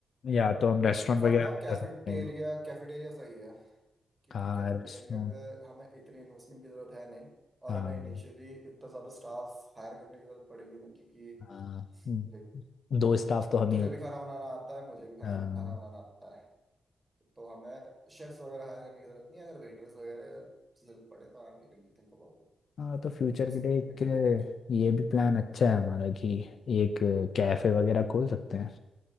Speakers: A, on the left; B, on the right.
A: या तो हम रेस्टोरेंट
B: फॉर
A: वगैरह
B: नाउ
A: पे
B: कैफेटेरिया
A: जा सकते हैं
B: कैफेटेरिया सही है क्योंकि
A: हाँ
B: कैफेटेरिया
A: रेस्टोरेंट
B: पे हमें इतनी इन्वेस्टमेंट की ज़रूरत है नहीं और
A: हाँ
B: हमें इनिशियली इतना ज़्यादा स्टाफ हायर करने की ज़रूरत पड़ेगी नहीं क्योंकि
A: हाँ हम्म,
B: देख,
A: दो स्टाफ तो हम
B: तुझे
A: ही हो
B: भी खाना बनाना आता है मुझे भी खाना
A: हाँ
B: खाना बनाना आता है तो हमें शेफ्स वगैरह हायर करने की जरूरत नहीं है अगर वेटर्स वगैरह या जरूरत पड़े तो आराम कैन थिंक अबाउट इट
A: हाँ तो फ्यूचर
B: उस
A: के लिए
B: पर तो
A: एक
B: दिक्कत नहीं होना चाहिए
A: ये भी प्लान अच्छा है हमारा कि एक कैफे वगैरह खोल सकते हैं